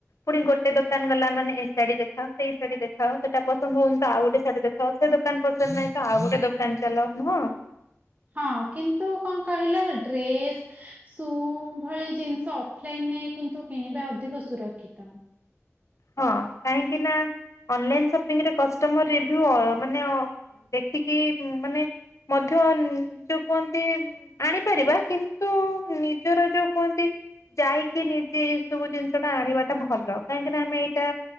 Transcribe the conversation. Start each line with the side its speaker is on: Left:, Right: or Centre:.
Left: ପୁଣି ଗୋଟେ ଦୋକାନ ଗଲା ମାନେ ଏ ଶାଢୀ ଦେଖାଅ ସେଇ ଶାଢୀ ଦେଖାଅ ସେଇଟା ପସନ୍ଦ ହଉନି ଟା ଆଉ ଗୋଟେ ଶାଢୀ ଦେଖ ତ ସେ ଦୋକାନ ପସନ୍ଦ ନାହିଁ ତ ଆଉ ଗୋଟେ ଦୋକାନ ଚାଲ ନୁହଁ।
Right: ହଁ କିନ୍ତୁ କଣ କହିଲ ଡ୍ରେସ ସୁ ଭଳି ଜିନିଷ ଅଫଲାଇନରେ କିନ୍ତୁ କିଣିବା ଅଧିକ ସୁରକ୍ଷିତ।
Left: ହଁ କାହିଁକି ନା ଅନଲାଇନ ସପିଂରେ କଷ୍ଟମର ରିଭ୍ୟୁ ମାନେ ଦେଖିକି ମାନେ ମଧ୍ୟ ଯୋଉ କୁହନ୍ତି ଆଣିପାରିବା କିନ୍ତୁ ନିଜର ଯୋଉ କୁହନ୍ତି ଯାଇକି ନିଜେ ଏଇ ସବୁ ଜିନିଷ ଟା ଆଣିବାଟା ଭଲ କାହିଁ କାଁକି ନା ଆମେ ଏଇଟା